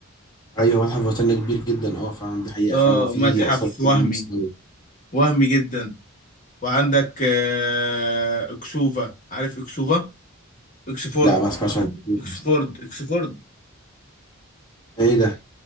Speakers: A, on the left; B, on the left.
A: ايوه متحف بريطانيا كبير جدا اه فعلا دي حقيقة
B: اه
A: فعلا وفي
B: متحف
A: اثار كتير
B: وهمي
A: أوي مصرية.
B: وهمي جدا وعندك آه اكسوفا عارف اكسوفا اكسفورد
A: لا ما اسمعش عن الكلام
B: اكسفورد
A: ده.
B: اكسفورد
A: ايه ده